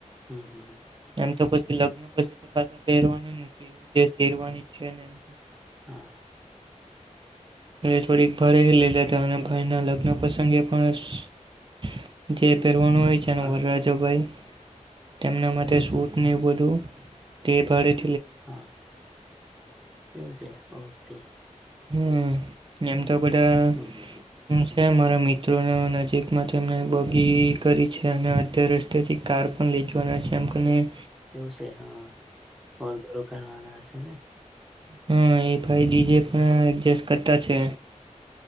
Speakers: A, in the centre; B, on the right.
A: હમ હમ
B: તો પછી લગ્ન પછી તો પાછા પહેરવાનું નથી જે શેરવાની છે ને એમ
A: હા
B: થોડીક ભારે લીધા હતા અને ભાઈના લગ્ન પ્રસંગે પણ જે પહેરવાનું હોય છે
A: હા
B: ને વરાજાંભાઈ તેમના માટે
A: હમ
B: સૂટને
A: હમ
B: બધું તે ભારે
A: હા એવું છે ઓકે
B: હમ એમ તો બધા
A: હમ હમ હમ
B: ત મારા મિત્રો નજીકમાં તેમને બગી કરી છે અને <unintelligible> થી કાર પણ લે <unintelligible>
A: એવું છે હા વરઘરો કરવાના હશે ને
B: હા એ ભાઈ ડીજે પણ એડજસ્ટ કરતા છે